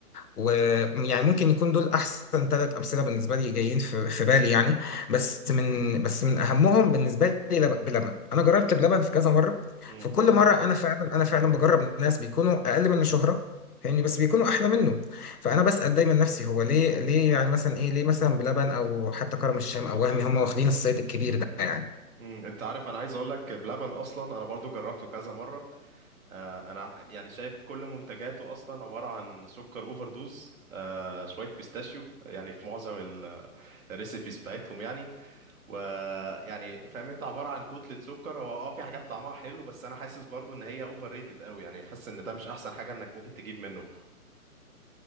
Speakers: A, on the left (about 75°); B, on the right (about 60°).
A: ويعني ممكن يكون دول احسن ثلاث امثله بالنسبه لي جايين في في بالي يعني بس من بس من اهمهم بالنسبه لي لب- بلبن انا جربت بلبن في كذا مره
B: مم.
A: في كل مره انا فعلا انا فعلا بجرب ناس بيكونوا اقل منه شهره فاهمني بس بيكونوا احلى منه فانا بسال دايما نفسي هو ليه ليه يعني مثلا ايه ليه مثلا بلبن او حتى كرم الشام او وهمي هم واخدين الصيت الكبير ده يعني
B: مم. انت عارف انا عايز اقول لك بلبن اصلا انا برضو جربته كذا مره آه، انا ع- يعني شايف كل منتجاته اصلا عباره عن سكر اوفر دوز آه، شويه بيستاشيو يعني في معظم ال- الريسيبيز بتاعتهم يعني ويعني فاهم انت عباره عن كتله سكر هو اه في حاجات طعمها حلو بس انا حاسس برضو ان هي اوفر ريتد قوي يعني حاسس ان ده مش احسن حاجه انك ممكن تجيب منه